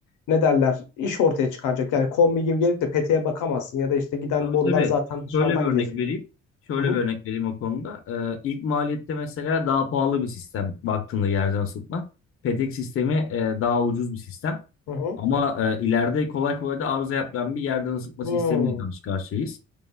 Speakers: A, on the left; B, on the left.
A: ne derler iş ortaya çıkaracak. Yani kombi gibi gelip de peteğe bakamazsın ya da işte giden
B: Tabii
A: borular
B: tabii.
A: zaten dışarıdan
B: Şöyle bir örnek
A: geziyor.
B: vereyim. Şöyle
A: Hı hı.
B: bir örnek vereyim o konuda. Ee, ilk maliyette mesela daha pahalı bir sistem baktığında yerden ısıtma. petek sistemi e, daha ucuz bir sistem.
A: Hı hı.
B: Ama e, ileride kolay kolay da arıza yapılan bir yerden ısıtma
A: Hmm.
B: sistemiyle karşı karşıyayız.